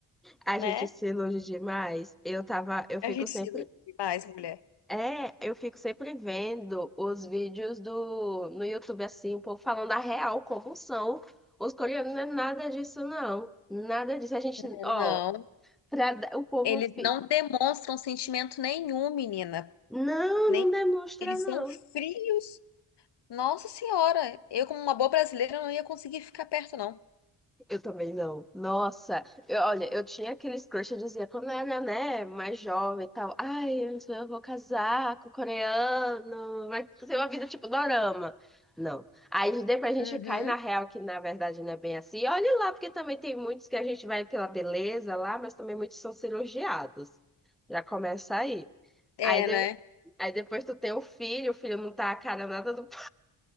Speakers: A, in the centre; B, on the left.
A: a
B: né?
A: gente se ilude demais. Eu tava, eu fico
B: A gente
A: sempre
B: se ilude demais, mulher.
A: é, eu fico sempre vendo os vídeos do no YouTube assim, o povo falando a real como são. Os coreanos não é nada disso não. Nada disso. A gente,
B: É,
A: ó,
B: Não,
A: pra, dar- o povo
B: eles
A: fica.
B: não demonstram sentimento nenhum, menina.
A: Não,
B: Nem
A: não demonstra
B: eles
A: não.
B: são frios. Nossa Senhora, eu como uma boa brasileira não ia conseguir ficar perto, não.
A: Eu também não. Nossa, eu- olha, eu tinha aqueles crush, eu dizia, quando eu era, né, mais jovem e tal, ai, antes eu vou casar com o coreano, vai ser uma vida tipo dorama. Não. Aí depois a
B: Uhum.
A: gente cai na real, que na verdade não é bem assim. E Olha lá, porque também tem muitos que a gente vai pela beleza lá, mas também muitos são cirurgiados. Já começa aí.
B: É,
A: Aí de-
B: né?
A: Aí depois tu tem o filho, o filho não tá a cara nada do pai.